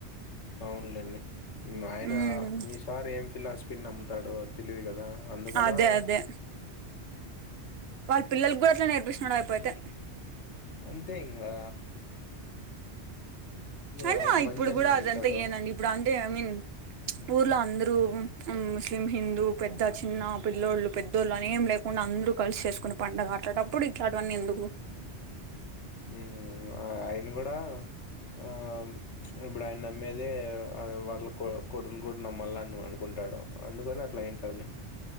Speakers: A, on the left; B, on the right.
A: అవునులేండి ఆయన
B: ఉమ్
A: మీ సార్ ఏం ఫిలాసఫీని నమ్ముతాడో తెలియదు కదా. అందుకలా.
B: అదే అదే వాళ్ళ పిల్లలకు కూడా అట్లే నేర్పిస్తున్నాడు ఆయ్యప్పతే.
A: అంతే ఇంగా. ఇగ
B: అయినా
A: ఆయన మంచని
B: ఇప్పుడు గుడా
A: నమ్ముతాడు
B: అదంతా ఏందండి ఇప్పుడు అందే ఐ మీన్. ఊర్లో అందరు ఊ ముస్లిం హిందూ పెద్ద చిన్న పిల్లోళ్ళు పెద్దోళ్ళు అని ఏం లేవ్. కున్న అందరూ కలిసి చేసుకుని పండగ అట్లాంటప్పుడు ఇట్లాంటివన్నీ ఎందుకు.
A: ఉ ఆయన కూడా ఆ. ఇప్పుడు ఆయన నమ్మేదే వాళ్ళ కొ కొడులు కూడా నమ్మాల అని అనుకుంటాడు. అందుకనే అట్లా అయింటదిలే.